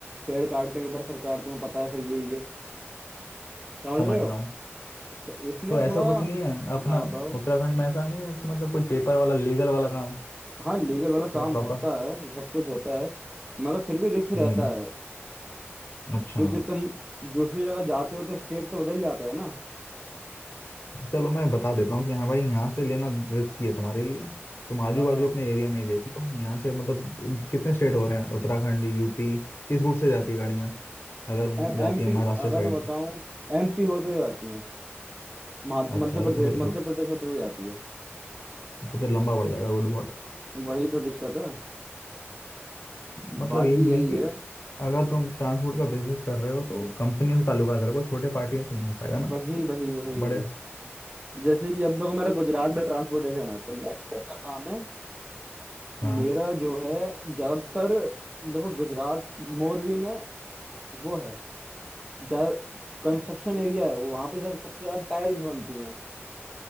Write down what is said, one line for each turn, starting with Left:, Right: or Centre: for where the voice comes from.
Right: पेड़ काटने के ऊपर सरकार तुम्हें पता है फिर यही है समझ
Left: समझ
Right: रहे हो
Left: रहा हूँ
Right: तो इसमें
Left: तो ऐसा
Right: थोड़ा
Left: कुछ नहीं है अपना
Right: हाँ बताओ
Left: उत्तराखंड में ऐसा नहीं है कि मतलब कुछ पेपर वाला लीगल वाला काम
Right: हाँ लीगल वाला काम
Left: पूरा प्रॉपर
Right: होता है सब कुछ होता है मगर फिर भी रिस्क
Left: हम्म
Right: रहता है
Left: अच्छा
Right: क्योंकि तुम दूसरी जगह जाते हो तो स्टेट तो बदल जाता है ना
Left: चलो मैं बता देता हूँ कि हाँ भाई यहाँ से लेना रिस्की है तुम्हारे लिए तुम आजू
Right: हाँ
Left: बाजू अपने एरिया में ही देख लो यहाँ से मतलब कितने स्टेट हो रहे हैं उत्तराखंड यूपी किस रूट से जाती है गाड़ियाँ अगर
Right: एमपी
Left: जाती है महाराष्ट्र
Right: अगर
Left: साइड
Right: मैं बताऊं
Left: तो
Right: एमपी होते हुए जाती है महा-
Left: अच्छा
Right: मध्य
Left: अरे
Right: प्रदेश
Left: तो फिर
Right: मध्य प्रदेश होते हुए जाती है
Left: तो फिर लंबा पड़ जाएगा रोड बहुत
Right: वही तो दिक्कत है
Left: मतलब
Right: बाकी
Left: यही
Right: यही
Left: है कि
Right: है
Left: अगर तुम ट्रांसपोर्ट का बिजनेस कर रहे हो तो कंपनियों से ताल्लुकात रखो छोटे पार्टियों से नहीं हो पाएगा ना
Right: वही वही वही
Left: बड़े
Right: जैसे कि अब देखो मेरा गुजरात में ट्रांसपोर्टेशन है तो मेरा क्या काम है
Left: हाँ
Right: मेरा जो है ज्यादातर देखो गुजरात मोरवी में वो है ज्यादा कंस्ट्रक्शन एरिया है वो वहां पे ज्यादा सबसे ज्यादा टाइल्स बनती हैं